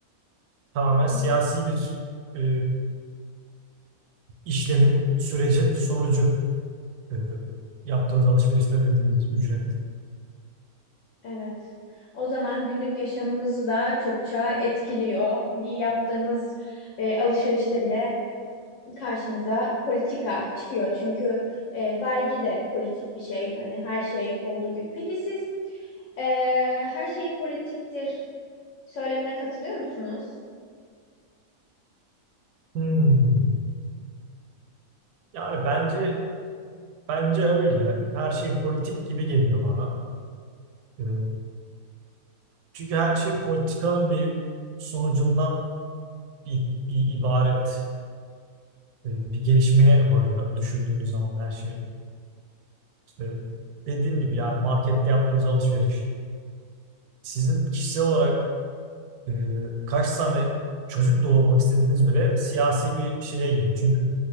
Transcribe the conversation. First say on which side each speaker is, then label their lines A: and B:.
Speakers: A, on the right (about 90°); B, on the left (about 65°).
A: Tamamen
B: Evet.
A: siyasi bir e, işlemin, sürecin sonucu e, yaptığınız alışverişte ödediğiniz ücret.
B: Evet. O zaman günlük yaşamımızı da çokça etkiliyor. Bir yaptığımız e, alışverişte bile karşımıza politika çıkıyor. Çünkü e, vergi de politik bir şey. Hani her şey olduğu gibi. Peki siz e, her şey politiktir söylemine katılıyor musunuz?
A: Hmm. Yani bence bence öyle. Her şey politik gibi geliyor bana. E, çünkü her şey politikanın bir sonucundan i- i- ibaret e, bir gelişmeye varıyor düşündüğünüz zaman her şey. E, Dediğim gibi yani markette yaptığınız alışveriş. Sizin kişisel olarak e, kaç tane çocuk doğurmak istediğiniz bile siyasi bir şeye giriyor. Çünkü